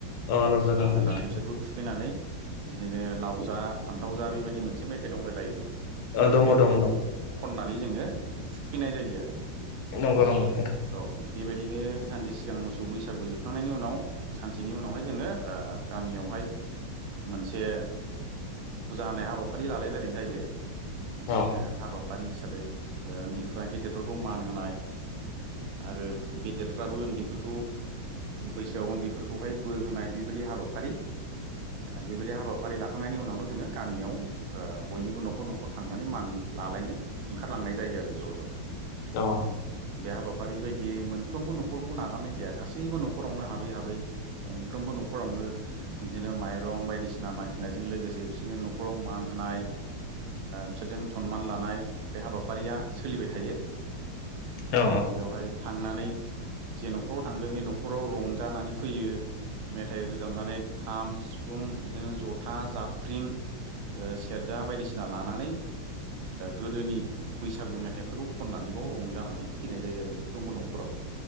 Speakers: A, on the left; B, on the right.
A: अ नंगौ नंगौ
B: गानहोनानै
A: नोंथां
B: बिसोरखौ थुखैनानै बिदिनो लाव जा फान्थाव जा बेबायदि मोनसे मेथाइ दंलायलायो।
A: अ
B: बे
A: दङ
B: मेथाइखौ
A: दङ दं
B: खननानै जोङो थुखैनाय जायो आरो।
A: नंगौ नंगौ नोंथां।
B: औ बेबायदिनो सानसे सिगां मोसौ बैसागु जोबखांनायनि उनाव सानसेनि उनावहाय जोङो ओ गामियावहाय। मोनसे फुजा होनाय हाबाफारि लालायलायनाय जायो
A: अ
B: बे हाबाफारि हिसा बै उन्दैफ्रा गेदेरफोरखौ मान होनाय आरो गेदेर फोराबो उन्दैफोरखौ बैसोआव उन्दैफोरखौहाय बोर होनाय बेबायदि हाबाफारि बेबायदि हाबाफारि लाखांनायनि उनावनो जोङो गामियाव बयनिबो न'खर न'खर थांनानै मान लालायनो ओंखारलांनाय जायो आरो ज' ज'।
A: अ
B: बे हाबाफारि बायदियै मोनफ्रोमबो न खरखौ नागारनाय जाया गासैबो न'खरावनो हाबै हाबै गंफ्रोमबो न'खरावनो बिदिनो माइरं दं बायदिसिना मागिनायजों लोगोसे बिसोरनो न'खराव मान होनाय बिसोरजों सनमान लानाय बे हाबाफारिया सोलिबाय थायो।
A: अ
B: बेयावहाय थांनानै जे न'खराव थांगोन बे न'खराव रंजानानै फैयो मेथाइ रोजाबनानै खाम, सिफुं, बिदिनो जथा, जाबख्रिं, सेर जा बायदिसिना लानानै गोदोनि बैसागु मेथाइफोरखौ खननानै बाव रंजानानै फैनाय जायो आरो मोनफ्रबो न'खराव।